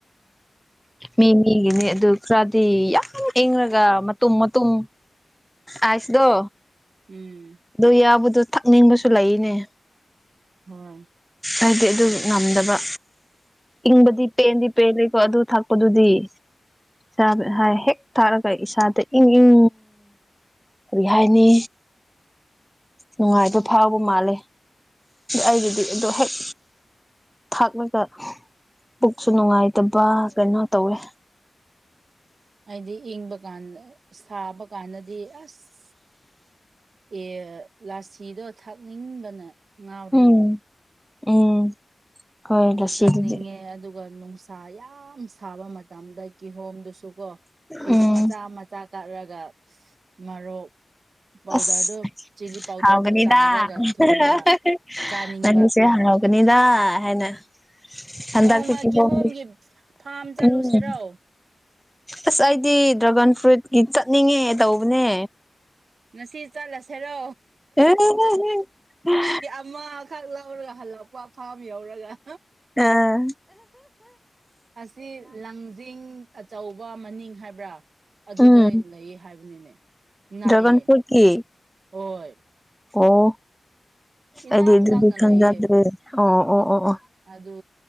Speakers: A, in the centre; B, on the right.
A: ꯃꯤ ꯃꯤꯒꯤꯅꯤ
B: ꯑꯩ
A: ꯑꯗꯨ ꯈꯔꯗꯤ ꯌꯥꯝ ꯏꯪꯉꯒ ꯃꯇꯨꯝ ꯃꯇꯨꯝ ꯑꯥꯏꯁꯗꯣ
B: ꯎꯝ꯫
A: ꯑꯗꯨ ꯌꯥꯕꯗꯨ ꯊꯛꯅꯤꯡꯕꯁꯨ ꯂꯩꯅꯦ꯫
B: ꯍꯣꯏ꯫
A: ꯑꯩꯗꯤ ꯑꯗꯨ ꯉꯝꯗꯕ ꯏꯪꯕꯗꯤ ꯄꯦꯟꯗꯤ ꯄꯦꯜꯂꯦꯀꯣ ꯑꯗꯨ ꯊꯛꯄꯗꯨꯗꯤ꯫ <unintelligible> ꯍꯦꯛ ꯊꯥꯛꯔꯒ ꯏꯁꯥꯗ ꯏꯪ ꯏꯪ ꯀꯔꯤ ꯍꯥꯏꯅꯤ꯫ ꯅꯨꯡꯉꯥꯏꯕ ꯐꯥꯎꯕ ꯃꯥꯜꯂꯦ ꯑꯩꯒꯤꯗꯤ ꯑꯗꯨ ꯍꯦꯛ ꯊꯥꯛꯂꯒ ꯄꯨꯛꯁꯨ ꯅꯨꯡꯉꯥꯏꯇꯕ ꯀꯩꯅꯣ ꯇꯧꯋꯦ꯫
B: ꯍꯥꯏꯗꯤ ꯏꯪꯕ ꯀꯥꯟꯗ ꯁꯥꯕ ꯀꯥꯟꯗꯗꯤ ꯑꯁ ꯑꯦ ꯂꯥꯁꯤꯗꯣ ꯊꯥꯛꯅꯤꯡꯕꯅ ꯉꯥꯎꯔꯦꯅꯦ꯫
A: ꯎꯝ ꯎꯝ꯫ ꯍꯣꯏ
B: ꯑꯗꯣ
A: ꯂꯁꯤꯗꯨꯗꯤ
B: ꯊꯥꯛꯅꯤꯡꯉꯦ ꯑꯗꯨꯒ ꯅꯨꯡꯁ ꯁꯥ ꯌꯥꯝ ꯁꯥꯕ ꯃꯇꯝꯗ ꯀꯤꯍꯣꯝꯗꯨꯁꯨ ꯀꯣ ꯄꯤꯁ
A: ꯎꯝ
B: ꯃꯆꯥ ꯃꯆꯥ ꯀꯛꯔꯒ ꯃꯔꯣꯛ ꯄꯥꯎꯗꯔꯗꯨ
A: ꯑꯁ
B: ꯆꯤꯂꯤ ꯄꯥꯎꯗꯔꯗꯨ
A: ꯍꯥꯎꯒꯅꯤꯗꯥ
B: ꯆꯥꯏꯔꯒ
A: <unintelligible>
B: ꯊꯨꯝꯒ ꯆꯥꯅꯤꯡꯕ
A: ꯅꯪꯁꯦ ꯍꯥꯎ ꯒꯅꯤꯗꯥ ꯍꯥꯏꯅ ꯍꯟꯗꯛꯇꯤ
B: ꯅꯣꯡꯃ
A: ꯀꯤꯍꯣꯝꯗꯤ
B: ꯀꯤꯍꯣꯝꯒꯤ ꯐꯥꯝ ꯆꯠꯂꯨꯁꯤꯔꯣ꯫
A: ꯎꯝ ꯑꯁ ꯑꯩꯗꯤ ꯗ꯭ꯔꯥꯒꯟ ꯐ꯭ꯔꯨꯏꯠꯀꯤ ꯆꯠꯅꯤꯡꯉꯦ ꯇꯧꯕꯅꯦ꯫
B: ꯉꯁꯤ ꯆꯠꯂꯁꯦꯔꯣ꯫
A: <unintelligible>
B: ꯑꯃꯥꯈꯛ ꯂꯧꯔꯒ ꯍꯜꯂꯛꯄ ꯐꯥꯝ ꯌꯧꯔꯒ꯫
A: ꯑꯥ꯫
B: ꯑꯁꯤ ꯂꯥꯡꯖꯤꯡ ꯑꯆꯧꯕ ꯃꯅꯤꯡ ꯍꯥꯏꯕ꯭ꯔꯥ꯫ ꯑꯗꯨꯗ
A: ꯎꯝ
B: ꯂꯩꯌꯦ ꯍꯥꯏꯕꯅꯤꯅꯦ ꯅꯥꯛꯑꯦ
A: ꯗ꯭ꯔꯥꯒꯟ ꯐ꯭ꯔꯨꯏꯠꯀꯤ
B: ꯍꯣꯏ꯫
A: ꯑꯣ
B: ꯏꯅꯥꯛ
A: ꯑꯩꯗꯤ ꯑꯗꯨꯗꯤ
B: ꯅꯛꯅ
A: ꯈꯪꯖꯗ꯭ꯔꯦ
B: ꯂꯩꯌꯦ
A: ꯑꯣ ꯑꯣ ꯑꯣ ꯑꯣ꯫
B: ꯑꯗꯨ